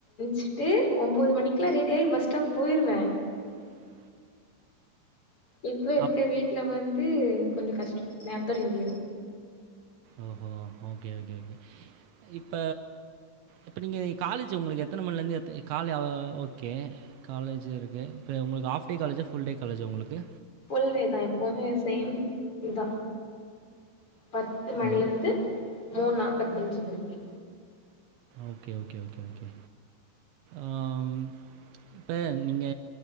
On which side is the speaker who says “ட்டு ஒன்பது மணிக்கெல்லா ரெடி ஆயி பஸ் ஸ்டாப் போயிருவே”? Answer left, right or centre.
Left